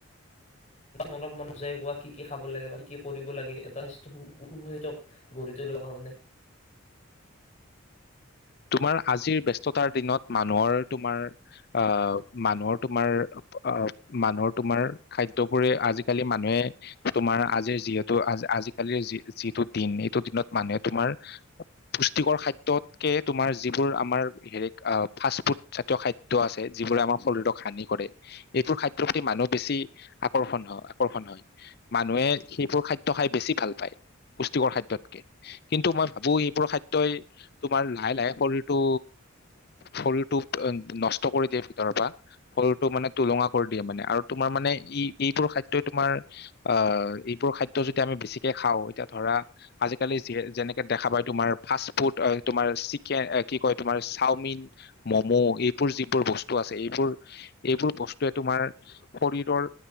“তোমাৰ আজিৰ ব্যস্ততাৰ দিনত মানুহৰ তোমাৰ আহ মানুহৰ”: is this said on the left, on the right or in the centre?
Left